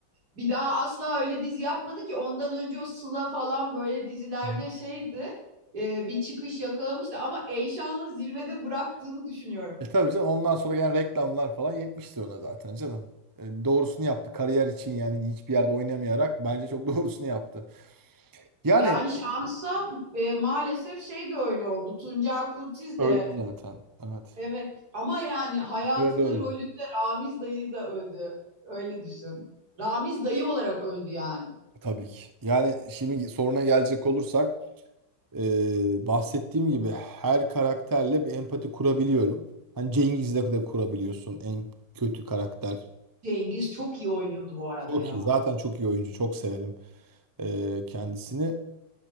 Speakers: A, on the right; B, on the right.
A: Bir daha asla öyle dizi yapmadı ki ondan önce o Sıla falan böyle dizilerde
B: Hı hı.
A: şeydi. e, bir çıkış yakalamıştı ama Eyşan'la zirvede bıraktığını düşünüyorum.
B: E tabii canım ondan sonra gelen reklamlar falan yetmiştir ona zaten canım. E, doğrusunu yaptı. Kariyer için yani hiçbir yerde oynamayarak bence çok <laughs> doğrusunu yaptı. Yani
A: Yani şansa e, maalesef şey de öyle oldu. Tuncer Kurtiz
B: öldü
A: de
B: zaten. Evet.
A: evet ama yani hayatının
B: Bir de öldü.
A: rolünde Ramiz dayı da öldü. Öyle düşün. Ramiz dayı olarak öldü yani.
B: Tabii ki. Yani şimdi soruna gelecek olursak e, bahsettiğim gibi her karakterle bir empati kurabiliyorum. Hani Cengiz'le de kurabiliyorsun en kötü karakter.
A: Cengiz çok iyi oynuyordu bu arada
B: Çok
A: ya.
B: iyi. Zaten çok iyi oyuncu. Çok severim e, kendisini.